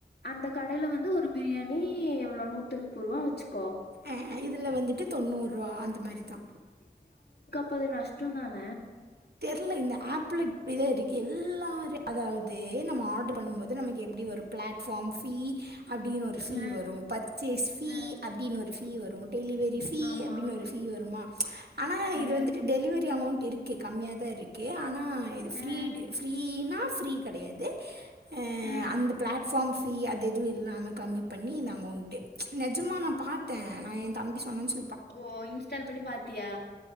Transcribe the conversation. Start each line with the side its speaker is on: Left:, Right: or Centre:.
Left: அந்த கடைல வந்து ஒரு பிரியாணி எவ்ளோ நூத்தி நுப்பூருவான் வெச்சுக்
Right: அஹ் இதுல வந்துட்டு தொண்ணூறு ருவா அந்த மாரிதா
Left: ப்பது நஷ்டோந் தான
Right: இல்ல இந்த ஆப்ல இப்டிதா இருக்கு எல்லா ரெ அதாவது நம்ம ஆர்டர் பண்ணும்மோது நமக்கு எப்டி வரு ப ப்ளாட்ஃபார்ம் ஃபீ அப்டினொரு ஃபீ
Left: ஆ
Right: வரு பர்ச்சேஸ் ஃபீ
Left: ஆ
Right: அப்டினொரு ஃபீ வரு டெலிவெரி ஃபீ
Left: ஆமா
Right: அப்டினொரு ஃபீ வருமா ஆனா
Left: ஆ
Right: இது வந்துட்டு டெலிவெரி அமௌண்ட் இருக் க்கு கம்மியா தா இருக்கு ஆனா இது ஃப்ரீ
Left: ஆ
Right: டு ஃப்ரீனா ஃப்ரீ கடையாது அஹ்
Left: ஆ
Right: அந்த ப்ளாட்ஃபார்ம் ஃப் ஃபீ அது எதுவு இல்லாம கம்மி பண்ணி இந்த அமௌண்ட்டு நெஜமா நா பாத்த நா என் தம்பி சொன்னான் சொ
Left: ஓ இன்ஸ்டால் பண்ணி பாத்தியா